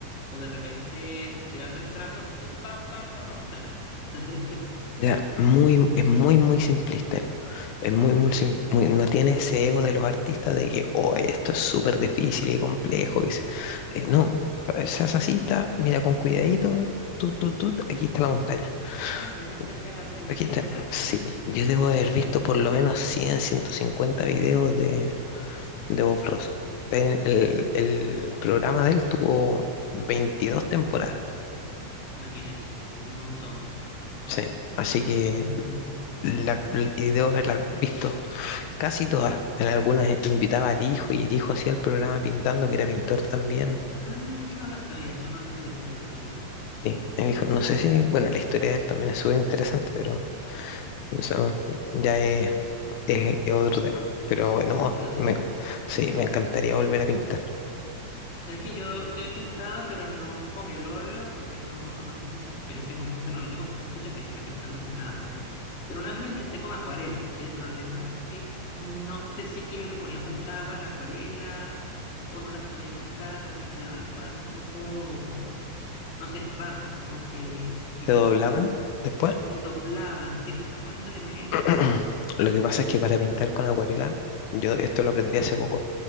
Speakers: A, on the left; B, on the left.
A: O de repente se tiraba tres trazos así, pa, pa, pa, una montaña. <laughs>
B: Era muy, es muy, muy simplista él. Es muy, muy, sim-
A: Sí,
B: muy- no tiene ese ego de los artistas de que, oh, esto es súper difícil y complejo. Que se-". Eh, no, eh, se hace así, ta, mira con cuidadito, tut, tut, tut, aquí está la montaña.
A: claro, él acerca
B: Y
A: el arte a la
B: Aquí
A: gente,
B: está.
A: exacto.
B: Sí, yo debo haber visto por lo menos cien, ciento cincuenta videos de, de Bob Ross. El, el- el programa de él tuvo 22 temporadas.
A: Imagínate, un montón,
B: Sí, así que
A: un montón de temporadas.
B: la- y debo haberla visto Casi todas. En algunas invitaba al hijo y el hijo hacía el programa pintando, que era pintor también.
A: Ah, eso no lo sabía, eso no los he visto, los del hijo.
B: Sí, el hijo, no sé si, bueno, la historia de él también es súper interesante, pero eso ya es, es- es otro tema. Pero bueno,
A: Es otro tema.
B: me- sí, me encantaría volver a pintar.
A: Sabes que yo, yo he pintado, pero no con el óleo, porque no, no tengo mucha experiencia con eso. Bueno, no tengo mucha experiencia pintando con nada realmente. Pero una vez lo intenté con acuarela. El problema es que no sé si es que yo le ponía mucha agua a la acuarela o no la sabía mezclar, pero me quedaban los cuadros un poco, no sé, raros, como que quizás
B: Se doblaban después.
A: se doblaban, sí, quizás poniéndole menos,
B: <clears throat>
A: tal vez.
B: Lo que pasa es que para pintar con acuarela, yo esto lo aprendí hace poco,